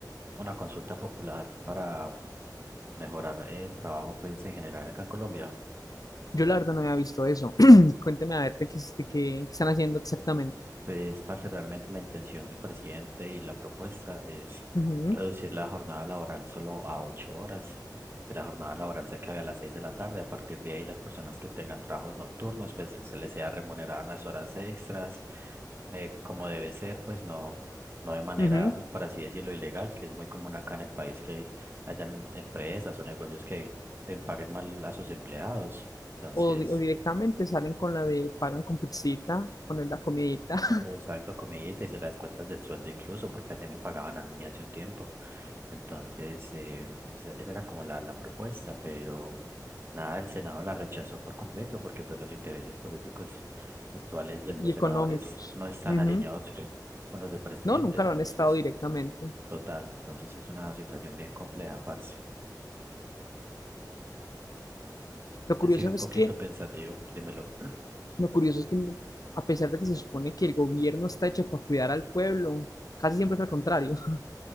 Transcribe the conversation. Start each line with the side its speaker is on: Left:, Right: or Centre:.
Right: una consulta popular para mejorar el trabajo, pues, en general acá en Colombia.
Left: Yo la verdad no había visto eso. <clears throat> Cuénteme a ver de qué, es- de qué- qué están haciendo exactamente.
Right: Pues, parte realmente la intención del presidente y la propuesta es
Left: Ujú,
Right: reducir la jornada laboral solo a ocho horas, que la jornada laboral se acabe a las seis de la tarde. A partir de ahí, las personas que tengan trabajos nocturnos, pues se les sea remunerada en las horas extras, eh, como debe ser, pues no, no de manera,
Left: ujú.
Right: pues, por así decirlo, ilegal, que es muy común acá en el país que hayan empresas o negocios que eh, paguen mal a sus empleados. Entonces,
Left: O, di- o directamente salen con la de pagan con pizzita, ponen la comidita <laughs>
Right: Le gustaba la comidita y se las cuentas del sueldo incluso, porque así me pagaban a mí hace un tiempo. Entonces, eh, esa, esa era como la, la propuesta, pero nada, el Senado la rechazó por completo, porque pues los intereses políticos actuales de los
Left: y económicos.
Right: senadores no están
Left: Ujú.
Right: alineados con los del presidente.
Left: No, nunca
Right: Entonces,
Left: lo han estado directamente.
Right: total, entonces es una situación bien compleja, parce. Entonces,
Left: Lo curioso
Right: sí, un poquito
Left: es que,
Right: pensativo, dímelo.
Left: lo curioso es que a pesar de que se supone que el gobierno está hecho para cuidar al pueblo, casi siempre es al contrario. <laughs>